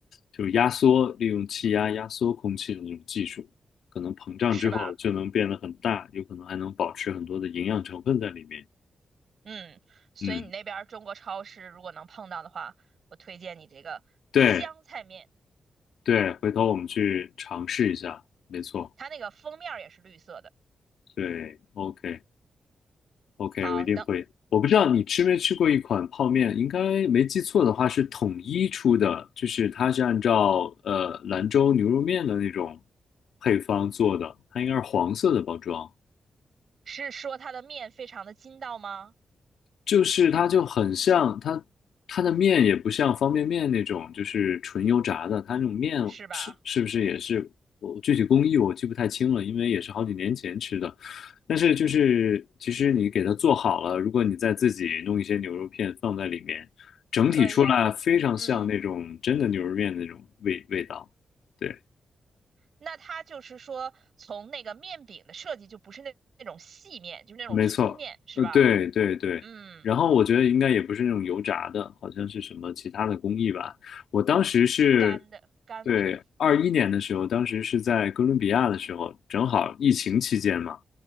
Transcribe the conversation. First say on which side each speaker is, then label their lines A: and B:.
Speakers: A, on the left; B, on the right.
A: 就是压缩，利用气压压缩空气的那种技术，可能膨胀之后就能变得很大，
B: 是吧？
A: 有可能还能保持很多的营养成分在里面。
B: 嗯，所以你那边儿中国超市如果能碰到的话，
A: 嗯，
B: 我推荐你这个香菜面，
A: 对对，回头我们去尝试一下，没错，
B: 它那个封面儿也是绿色的。
A: 对，OK。OK，
B: 好，
A: 我一定会。
B: 的，
A: 我不知道你吃没吃过一款泡面，应该没记错的话是统一出的，就是它是按照呃兰州牛肉面的那种配方做的，它应该是黄色的包装。
B: 是说它的面非常的筋道吗？
A: 就是它就很像它它的面也不像方便面那种，就是纯油炸的，它那种面是是不是也是我具体工艺我记不太清了，
B: 是吧？
A: 因为也是好几年前吃的。但是就是其实你给它做好了，如果你再自己弄一些牛肉片放在里面，整体出来非常像那种真的牛肉面那种味味道。
B: 可以啊，嗯。
A: 对。
B: 那它就是说，从那个面饼的设计就不是那那种细面，就是那种粗面，
A: 没错，
B: 是吧？
A: 呃，对对对，
B: 嗯，
A: 然后我觉得应该也不是那种油炸的，好像是什么其他的工艺吧。我当时是，
B: 干的干面。
A: 对，二一年的时候，当时是在哥伦比亚的时候，正好疫情期间嘛，